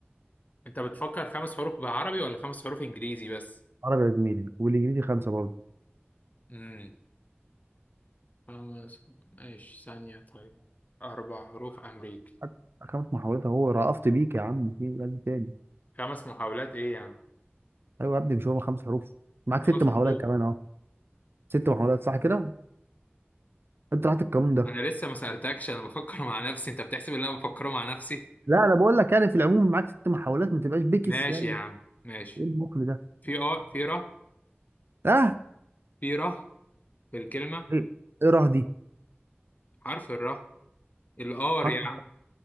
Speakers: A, on the left; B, on the right.
A: أنت بتفكر خمس حروف بعربي ولا خمس حروف إنجليزي بس
B: عربي يا زميلي والإنجليزي خمسة برضه
A: امم خمس ماشي ثانية طيب أربع حروف أمريكي
B: أك- خمس محاولات أهو رأفت بيك يا عم في إيه يا ابني تاني
A: خمس محاولات إيه يعني
B: أيوة يا ابني مش هو خمس حروف معاك
A: خمس
B: ست محاولات
A: حروف
B: كمان أهو ست محاولات صح كده أنت راحت القانون ده
A: أنا لسه ما سألتكش أنا بفكر مع نفسي أنت بتحسب إن أنا بفكره مع نفسي
B: لا أنا بقول لك يعني في العموم معاك ست محاولات ما تبقاش بكس
A: ماشي
B: يعني
A: يا عم ماشي
B: إيه المقل ده
A: في آه في ر
B: أه
A: في ر في الكلمة
B: إيه إيه راه دي
A: حرف الر الار
B: حرف
A: يعني